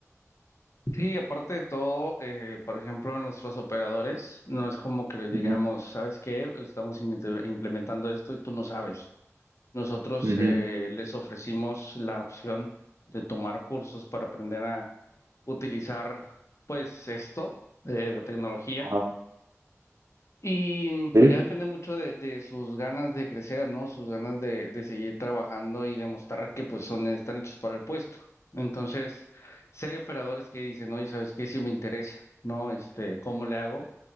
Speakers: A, on the left; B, on the right.
A: Sí, aparte de todo, eh, por ejemplo, nuestros operadores, no es como que les digamos,
B: Ujú,
A: ¿sabes qué? Estamos in- implementando esto y tú no sabes. Nosotros
B: ujú,
A: eh, les ofrecimos la opción de tomar cursos para aprender a utilizar, pues, esto, eh, la tecnología
B: ajá,
A: Y pues
B: sí,
A: ya depende mucho de, de sus ganas de crecer, ¿no? Sus ganas de, de seguir trabajando y demostrar que pues son, están hechos para el puesto. Entonces, si hay operadores que dicen, oye, ¿sabes qué? Si me interesa, ¿no? Este, ¿cómo le hago?